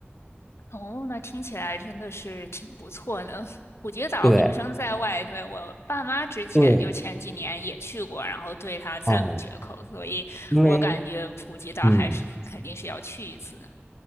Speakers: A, on the left (about 85°); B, in the centre.
A: 哦，那听起来真的是挺不错的。普吉岛名声在外，
B: 对
A: 对，我爸妈之前就前几年也去过，
B: 对，
A: 然后对他赞不绝口，
B: 啊，
A: 所以我感觉普吉岛还是肯定是要去一次的。
B: 因为嗯，